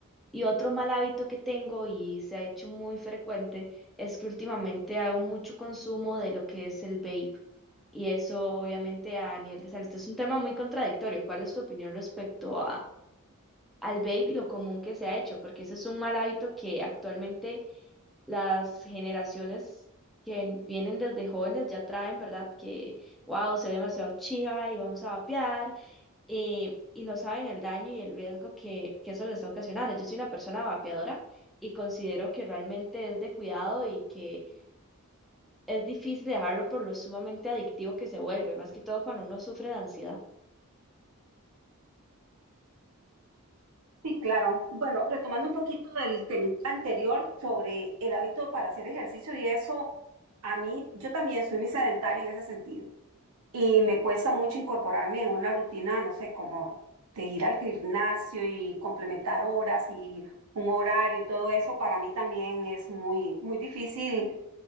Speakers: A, in the centre; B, on the right (about 75°).
A: Y otro mal hábito que tengo y se ha hecho muy frecuente es que últimamente hago mucho consumo de lo que es el vape. Y eso obviamente a nivel de salud es un tema muy contradictorio. ¿Cuál es tu opinión respecto a, al vape y lo común que se ha hecho, porque ese es un mal hábito que actualmente las generaciones que vienen desde jóvenes ya traen, ¿verdad? Que, wow, se ve demasiado chiva y vamos a vapear eh, y no saben el daño y el riesgo que, que eso les está ocasionando. Yo soy una persona vapeadora y considero que realmente es de cuidado y que es difícil dejarlo por lo sumamente adictivo que se vuelve, más que todo cuando uno sufre de ansiedad.
B: Sí, claro. Bueno, retomando un poquito del tema anterior sobre el hábito para hacer ejercicio y eso, a mí, yo también soy muy sedentaria en ese sentido. y me cuesta mucho incorporarme en una rutina, no sé, como de ir al gimnasio y complementar horas y un horario y todo eso, para mí también es muy, muy difícil